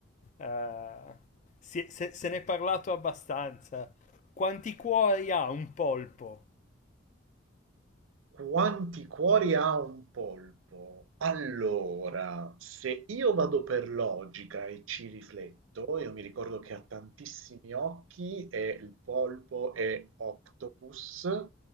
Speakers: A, on the left (about 40°); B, on the right (about 80°).
A: eh, si è- se, se ne è parlato abbastanza. Quanti cuori ha un polpo?
B: Quanti cuori ha un polpo? Allora, se io vado per logica e ci rifletto, io mi ricordo che ha tantissimi occhi e il polpo è octopus,